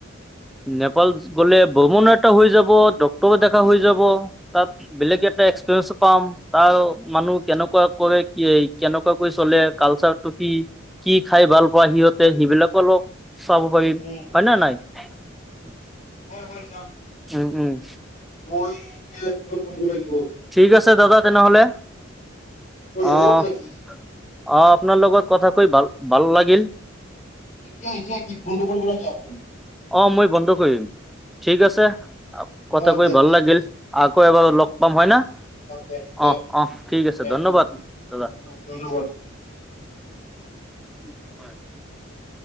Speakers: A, in the centre; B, on the left.
A: নেপাল গ'লে ভ্ৰমণ এটা হৈ যাব ডক্টৰো দেখা হৈ যাব। তাত বেলেগ এটা এক্সপিৰিয়েঞ্চো পাম। তাৰ মানুহ কেনেকুৱা কৰে কি কেনেকুৱা কৰি চলে কালচাৰটো কি। কি খাই ভাল পোৱা সিহঁতে সেইবিলাকো অলপ চাব পাৰিম।
B: উম
A: হয় নে নাই? <inaudible>
B: হয়, হয় যাম।
A: উম, উম।
B: মই এতিয়া কিবা কৰিব লাগিব।
A: ঠিক আছে দাদা তেনেহ'লে।
B: তই
A: অ', অ',
B: হ'ল নেকি
A: আপোনাৰ লগত কথা কৈ ভাল ভাল লাগিল।
B: এতিয়া এতিয়া কি বন্ধ কৰিব নেকি আপুনি?
A: অ', মই বন্ধ কৰিম ঠিক আছে। কথা
B: অ
A: কৈ
B: দে
A: ভাল
B: থেংক
A: লাগিল
B: ইউ
A: আকৌ এবাৰ লগ পাম হয় না?
B: দে দে
A: অ' অ'। ঠিক আছে
B: থেংক
A: ধন্যবাদ
B: ইউ
A: দাদা।
B: ধন্যবাদ।
A: হয়।